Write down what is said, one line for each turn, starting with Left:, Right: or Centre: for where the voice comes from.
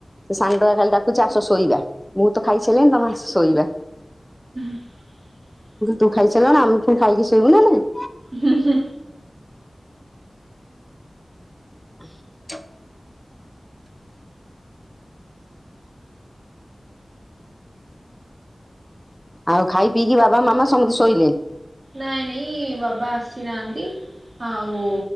Centre: ସେ ସାନ ଟୋକା କାଲି ତାକୁଚି ଆସ ଶୋଇବା ମୁଁ ତ ଖାଇସାରିଲିଣିି ତମେ ଶୋଇବା
Right: <inaudible>
Centre: ତୁ ଖାଇସିଲୁ ଆମେ ପୁଣି ଖାଇକି ଶୋଇବୁ ନା ନାଇ
Right: ହିଁ ହିଁ
Centre: <inaudible> ଆଉ ଖାଇ ପିଇକି ବାବା ମାମା ସମସ୍ତେ ଶୋଇଲେ
Right: ନାଇଁ ନାଇଁ ବାବା ଆସିନାହାନ୍ତି ଆଉ